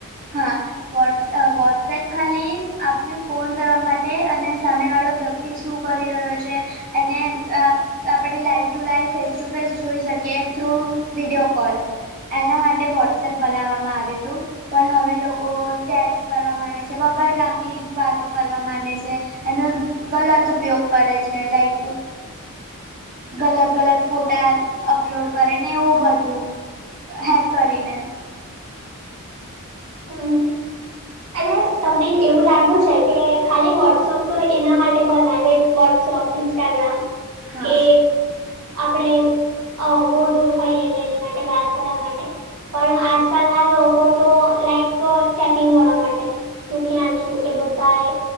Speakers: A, on the right; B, on the right.
A: હા વોટસ વોટ્સએપ ખાલી આપને ફોન કરવા માટે અને સામેવાળો વ્યક્તિ તી શું કરી રહ્યો છે એને આપણે live to live face to face જોઈ શકીએ થ્રુ વિડીયો કોલ એના માટે વોટ્સએપ બનાવવામાં આવ્યું હતું પણ હવે લોકો ચેટ કરવા માંડે છે વગર કામની વાતો કરવા માંડે છે એનો ગલત ઉપયોગ કરે છે લાઈક ગલત ગલત ફોટા અપલોડ કરે ને એવું બધું હેક કરીને
B: હમ્મ અને તમને એવું લાગ્યું છે કે ખાલી વોટ્સઅપ તો એના માટે બનાવે વોટ્સઅપ ઇન્સ્ટાગ્રામ
A: હા
B: કે આપણે અ બહુ દૂર હઈએ અનેને એની માટે વાત કરવા માટે પણ આજકાલ ના લોકો તો લાઈક ચેકિંગ કર માટે તું ક્યાં છુ એ બધ